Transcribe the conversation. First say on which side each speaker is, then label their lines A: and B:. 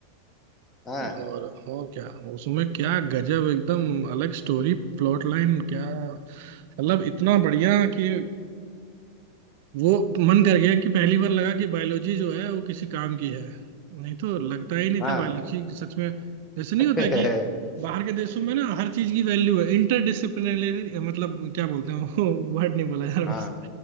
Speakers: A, on the left (about 20°); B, on the right (about 50°).
A: हाँ
B: और और क्या उसमें क्या गजब एकदम अलग स्टोरी प्लॉट लाइन क्या मतलब इतना बढ़िया कि वो मन कर गया कि पहली बार लगा कि बायोलॉजी जो है वो किसी काम की है नहीं तो लगता ही नहीं
A: हाँ
B: था बायोलॉजी सच में जैसे नहीं
A: <laughs>
B: होता कि बाहर के देशों में ना हर चीज की वैल्यू है इंटरडिसिप्लिनरी मतलब क्या बोलते हैं वो वर्ड नहीं बोला यार
A: हाँ
B: बस